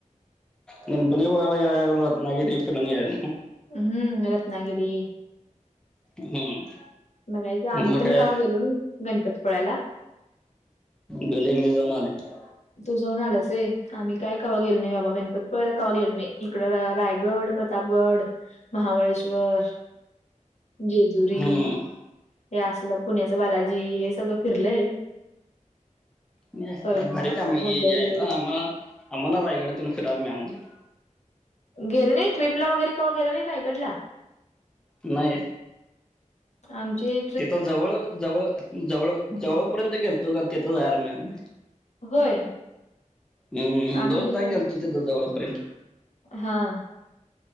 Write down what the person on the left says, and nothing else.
हम्म रत्नागिरी
बगायच आम्ही
पण
कवा गेलो नाही गणपतीपुळ्याला.
तू जाऊन आलायस व्हयं, आम्ही काय कवा गेलो नाही बाबा, गणपतीपुळ्याला कवा गेलो नाही, इकड रायगड, प्रतापगड, महाबळेश्वर, जेजुरी
हे असलं, पुण्याच बालाजी हे सगळं फिरलंय.
परत
ना
गोंदवले
गेले नाही ट्रिपला वगैरे कवा गेला नाही रायगडला?
आमचे
होय
आम्ही
हां